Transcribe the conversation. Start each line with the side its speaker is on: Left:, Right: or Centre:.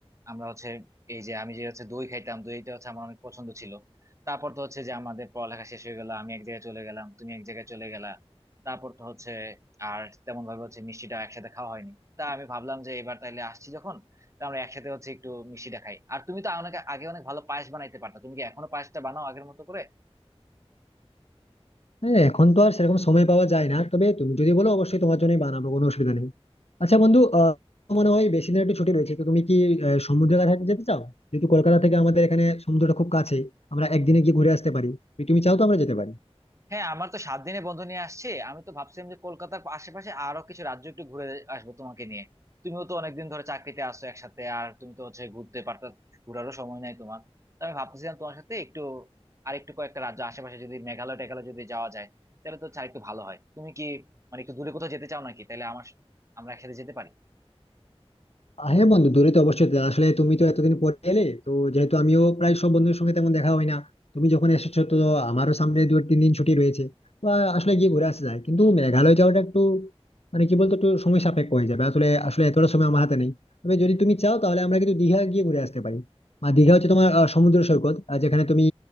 Right: আমরা হচ্ছে এই যে আমি যে হচ্ছে দই খাইতাম দইটা হচ্ছে আমার অনেক পছন্দ ছিল তারপর তো হচ্ছে যে আমাদের পড়ালেখা শেষ হয়ে গেল আমি এক জায়গায় চলে গেলাম তুমি এক জায়গায় চলে গেলা তারপর তো হচ্ছে আর তেমন ভাবে হচ্ছে মিষ্টিটা একসাথে খাওয়া হয়নি তা আমি ভাবলাম যে এবার তাইলে আসছি যখন তা আমরা একসাথে হচ্ছে একটু মিষ্টিটা খাই আর তুমি তো অনেক আগে অনেক ভালো পায়েস বানাইতে পারতা তুমি কি এখনো পায়েসটা বানাও আগের মতো করে
Left: হ্যাঁ এখন তো আর সেরকম সময় পাওয়া যায় না তবে তুমি যদি বলো অবশ্যই তোমার জন্যই বানাবো কোনো অসুবিধা নেই আচ্ছা বন্ধু আহ মনে হয় বেশি দিন একটু ছুটি রয়েছে তো তুমি কি আহ, সমুদ্রের কাছে যেতে চাও যেহেতু কলকাতা থেকে আমাদের এখানে সমুদ্রটা খুব কাছে আমরা একদিনে গিয়ে ঘুরে আসতে পারি যদি তুমি চাও তো আমরা যেতে পারি
Right: হ্যাঁ আমার তো সাত দিনে বন্ধ নিয়ে আসছে আমি তো ভাবছিলাম যে কলকাতার আশেপাশে আরো কিছু রাজ্য একটু ঘুরে আসবো তোমাকে নিয়ে তুমিও তো অনেকদিন ধরে চাকরিতে আসো একসাথে আর তুমি তো হচ্ছে ঘুরতে পারতা ঘোরারও সময় নাই তোমার তো আমি ভাবতেছিলাম তোমার সাথে একটু আর একটু কয়েকটা রাজ্য আশেপাশে যদি মেঘালয় টেঘালয় যদি যাওয়া যায় তাহলে তো আর একটু ভালো হয় তুমি কি মানে একটু দূরে কোথাও যেতে চাও নাকি তাহলে আমার আমরা একসাথে যেতে পারি
Left: আহ, হ্যাঁ বন্ধু দূরে তো অবশ্যই পেলাম। আসলে তুমি তো এতদিন পরে এলে তো যেহেতু আমিও প্রায় সব বন্ধুদের সঙ্গে তেমন দেখা হয় না তুমি যখন এসেছো তো আমারও সামনে দু তিন দিন ছুটি রয়েছে তো আ- আসলে গিয়ে ঘুরে আসা যায় কিন্তু মেঘালয় যাওয়াটা একটু মানে কি বলতো একটু সময় সাপেক্ষ হয়ে যাবে আসলে আসলে এতটা সময় আমার হাতে নেই তবে যদি তুমি চাও তাহলে আমরা কিন্তু দীঘা গিয়ে ঘুরে আসতে পারি আর দীঘা হচ্ছে তোমার আহ, সমুদ্র সৈকত আহ, যেখানে তুমি